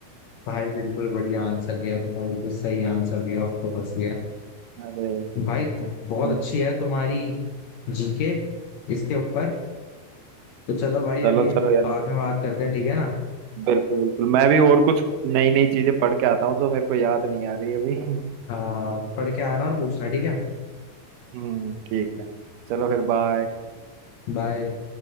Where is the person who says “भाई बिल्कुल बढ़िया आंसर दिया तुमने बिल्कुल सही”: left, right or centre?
Left